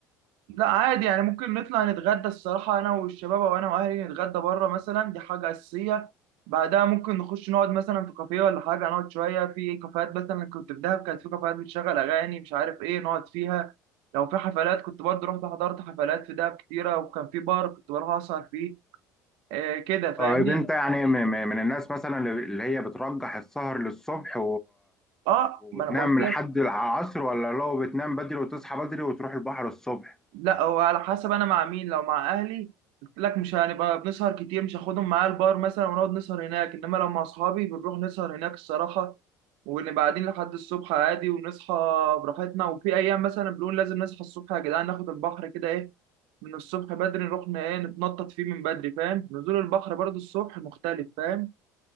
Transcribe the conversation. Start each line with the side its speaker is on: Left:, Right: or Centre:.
Right: لا عادي يعني ممكن نطلع نتغدى الصراحه انا والشباب او انا واهلي نتغدى بره مثلا دي حاجه اساسيه بعدها ممكن نخش نقعد مثلا في كافيه ولا حاجه نقعد شويه في كافيهات مثلا كنت في دهب كانت في كافيهات بتشغل اغاني مش عارف ايه نقعد فيها لو في حفلات كنت برضه رحت حضرت حفلات في دهب كتيره وكان في بار كنت بروح اسهر فيه آه كده فاهمني
Centre: طيب انت يعني م- م- من الناس مثلا اللي هي بترجح السهر للصبح
Right: اه
Centre: وبتنام
Right: ما انا بقول
Centre: لحد العصر ولا لو بتنام بدري وتصحى بدري وتروح البحر الصبح
Right: لا هو على حسب انا مع مين لو مع اهلي قلت لك مش هنبقى بنسهر كتير مش هاخدهم معايا البار مثلا ونقعد نسهر هناك انما لو مع اصحابي بنروح نسهر هناك الصراحه ونبقى قاعدين لحد الصبح عادي ونصحى براحتنا وفي ايام مثلا بنقول لازم نصحى الصبح يا جدعان ناخد البحر كده ايه من الصبح بدري نروح ن- ايه نتنطط فيه من بدري فاهم نزول البحر برضو الصبح مختلف فاهم